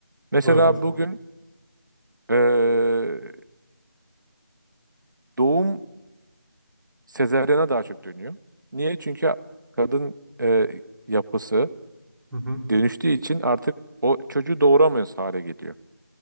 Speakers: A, on the right; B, in the centre.
A: Mesela
B: Evet.
A: bugün eee, doğum sezaryana daha çok dönüyor. Niye? Çünkü kadın eee, yapısı
B: Hı hı
A: dönüştüğü için artık o çocuğu doğuramıyoruz hale geliyor.